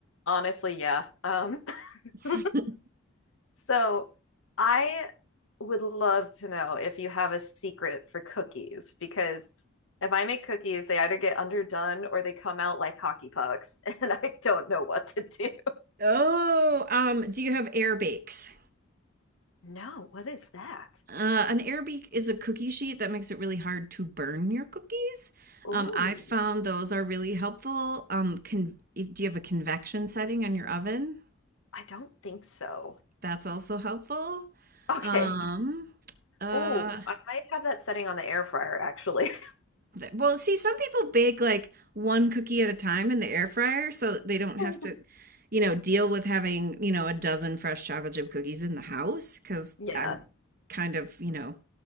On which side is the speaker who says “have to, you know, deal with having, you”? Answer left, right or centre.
Right